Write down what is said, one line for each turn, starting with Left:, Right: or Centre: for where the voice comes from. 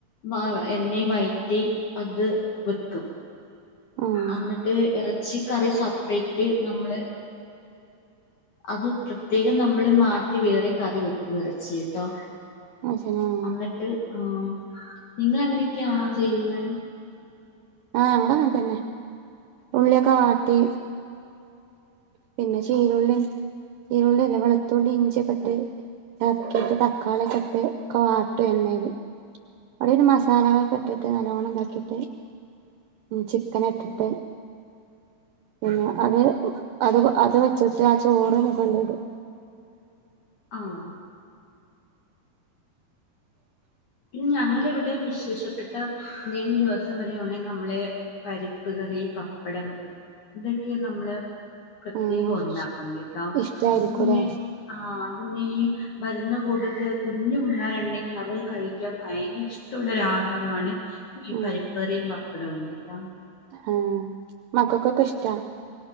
Left: വ എണ്ണേ വയറ്റി അത് വെക്കും
Right: ആഹ്
Left: അന്ന്ട്ട് എറ- ഇച്ചി കറി സെപ്പറേറ്റ് നമ്മള് അത് പ്രത്യേകം നമ്മള് മാറ്റി വേറെ കറി വെക്കുക ഇറച്ചി കേട്ടോ
Right: അയ്ശരി ആഹ്
Left: എന്നിട്ട് ആ നിങ്ങ അങ്ങനെയൊക്കെയാണോ ചെയ്യുന്നേ
Right: ആഹ് ഞങ്ങള് അങ്ങനെ തന്നെ ഉള്ളിയൊക്കെ വാട്ടി പിന്നെ ചീരുള്ളി ചീരുള്ളില്ലേ വെളുത്തുള്ളി ഇഞ്ചിയൊക്കെ ഇട്ട് ഇതാക്കിട്ട് തക്കാളിയ ഒക്കെ ഇട്ട് ഒക്കെ വാട്ടും എണ്ണേല് അതായത് മസാലകളൊക്കെ ഇട്ടിട്ട് നല്ലവണ്ണം ഇതാക്കിട്ട് ചിക്കൻ ഇട്ടിട്ട് പിന്നെ അത് അത് അത് വെച്ചിട്ട് ആ ചോറ് മുകളില് ഇടും
Left: ആഹ് പിന്ന ഞങ്ങളുടെ ഇവിടെ വിശേഷപ്പെട്ട എന്തേലും ദിവസം പറയവാണെങ്കിൽ നമ്മളെ പരിപ്പ് കറി പപ്പടം ഇതൊക്കെ നമ്മള് പ്രത്യേകം
Right: ആഹ്
Left: ഉണ്ടാക്കും കേട്ടോ
Right: ഇഷ്ടായിരിക്കൂലേ
Left: അത് പിന്നെ ആ അത് പിന്നെ ഈ മരുന്ന് കൂ കുഞ്ഞു പിള്ളാര് ഉണ്ടെങ്കിൽ അവർ കഴിക്ക് കഴിക്കാൻ ഭയങ്കര ഇഷ്ടമുള്ളൊരു ആഹാരാണ് ഈ
Right: ഉം
Left: പരിപ്പുകറിയും പപ്പ <unintelligible>
Right: ആഹ് മക്കക്കൊക്കെ ഇഷ്ടാ